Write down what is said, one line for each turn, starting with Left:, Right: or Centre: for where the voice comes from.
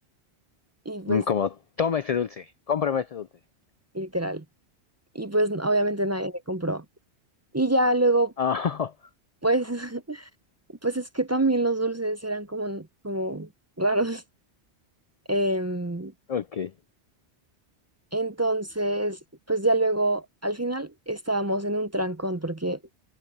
Right: Y pues,
Left: Mm, Como, toma este dulce, cómprame este dulce.
Right: literal. Y pues, obviamente nadie le compró. Y ya luego,
Left: Ah,
Right: pues, <laughs> pues es que también los dulces eran como, como raros. <laughs> Em,
Left: <laughs> ok. ¿Qué
Right: entonces, pues ya luego, al final estábamos en un trancón porque